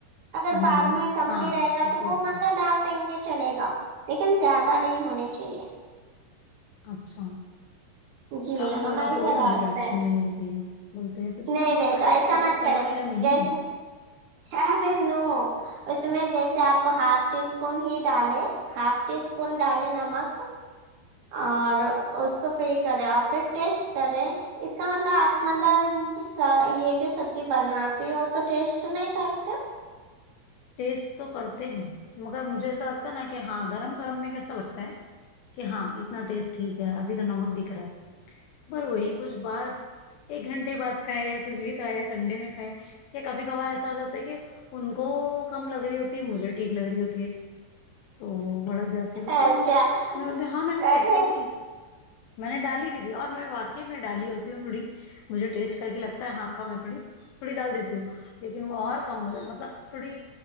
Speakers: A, on the right; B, on the left.
A: اگر
B: ہاں
A: بعد میں کم
B: ہاں
A: بھی رہے گا تو
B: جی
A: وہ
B: اچھا
A: مطلب ڈال دیں گے چلے گا لیکن زیادہ نہیں ہونی چاہیے
B: اچھا
A: جی
B: کم ہوگا
A: ہم ایسا
B: تو بھی
A: کرتے
B: مجھے ڈانٹ
A: ہیں
B: سننے ملتی ہے بولتے ہیں تجھے
A: نہیں
B: نمک
A: نہیں
B: کا
A: تو
B: ٹیسٹ
A: ایسا
B: پتہ
A: مت
B: چلا
A: کرے
B: یا نہیں
A: جیسے ارے نو اس میں جیسے آپ ہاف ٹی اسپون ہی ڈالیں ہاف ٹی اسپون ڈالیں نمک اور اس کو فری کرے اور پھر ٹیسٹ کرے اس کا مطلب آپ مطلب یہ جو سبزی بناتی ہو تو ٹیسٹ نہیں کرتے
B: ٹیسٹ تو کرتے ہیں مگر مجھے ایسا لگتا ہے نا کہ ہاں گرم گرم میں کیسا لگتا ہے کہ ہاں اتنا ٹیسٹ ٹھیک ہے ابھی تو نمک دکھ رہا ہے پر وہی کچھ بات ایک گھنٹے بعد کھائے یا کچھ بھی کھائے یا ٹھنڈے میں کھائے یا کبھی کبار ایس ایسا ہوجاتا ہے کہ ان کو کم لگ رہی ہوتی ہے مجھے ٹھیک لگ رہی ہوتی ہے تو بھڑک جاتے بولتے
A: اچھا
B: میں بولتی ہاں میں چیک
A: اچھا
B: تو کی میں نے ڈالی بھی دی اور میں واقع میں ڈالی ہوتی ہوں تھوڑی مجھے ٹیسٹ کرکے لگتا ہے ہاں کم ہے تھوڑی تھوڑی ڈال دیتی ہوں لیکن وہ اور کم ہو جا مطلب تھوڑی